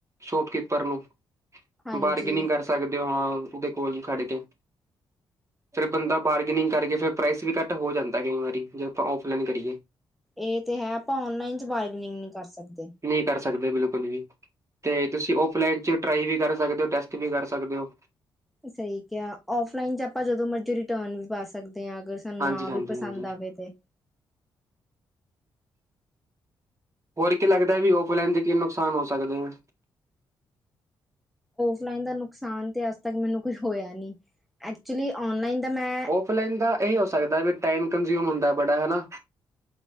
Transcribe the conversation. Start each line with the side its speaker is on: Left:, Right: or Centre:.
Right: ਸ਼ੋਪਕੀਪਰ ਨੂੰ
Centre: ਹਾਂਜੀ
Right: ਬਾਰਗੇਨਿੰਗ ਕਰ ਸਕਦੇ ਹੋ ਹਾਂ ਉਹਦੇ ਕੋਲ ਵੀ ਖੜ ਕੇ ਫੇਰ ਬੰਦਾ ਬਾਰਗਨਿੰਗ ਕਰਕੇ ਫੇਰ ਪ੍ਰਾਈਸ ਵੀ ਘੱਟ ਹੋ ਜਾਂਦਾ ਕਈ ਵਾਰੀ ਜੇ ਆਪਾਂ ਔਫਲਾਈਨ ਕਰੀਏ
Centre: ਇਹ ਤੇ ਹੈ ਆਪਾਂ ਔਨਲਾਈਨ ਚ ਬਾਰਗਨਿੰਗ ਨਹੀਂ ਕਰ ਸਕਦੇ
Right: ਨਹੀਂ ਕਰ ਸਕਦੇ ਬਿਲਕੁਲ ਵੀ ਤੇ ਤੁਸੀਂ ਆਫਲਾਈਨ ਚ ਟ੍ਰਈ ਵੀ ਕਰ ਸਕਦੇ ਹੋ ਟੈਸਟ ਵੀ ਕਰ ਸਕਦੇ ਹੋ
Centre: ਸਹੀ ਕਿਹਾ ਆ ਔਫਲਾਈਨ ਚ ਆਪਾਂ ਜਦੋਂ ਮਰਜ਼ੀ ਰਿਟਰਨ ਵੀ ਪਾ ਸਕਦੇ ਹਾਂ ਅਗਰ ਸਾਨੂੰ
Right: ਹਾਂਜੀ
Centre: ਨਾ
Right: ਹਾਂਜੀ
Centre: ਵੀ ਪਸੰਦ
Right: ਹਾਂਜੀ
Centre: ਆਵੇ ਤੇ
Right: ਹੋਰ ਕੀ ਲੱਗਦਾ ਵੀ ਔਫਲਾਈਨ ਦੇ ਕੀ ਨੁਕਸਾਨ ਹੋ ਸਕਦੇ ਆ
Centre: ਫਲਾਈਨ ਦਾ ਨੁਕਸਾਨ ਤੇ ਅੱਜ ਤੱਕ ਮੈਨੂੰ ਕੋਈ ਹੋਇਆ ਨ ਐਕਚੁਲੀ ਔਨਲਾਈਨ ਦਾ ਮੈਂ
Right: ਔਫਲਾਈਨ ਦਾ ਇਹ ਹੋ ਸਕਦਾ ਵੀ ਟਾਈਮ ਕੰਜਿਊਮ ਹੁੰਦਾ ਬੜਾ ਹਨਾ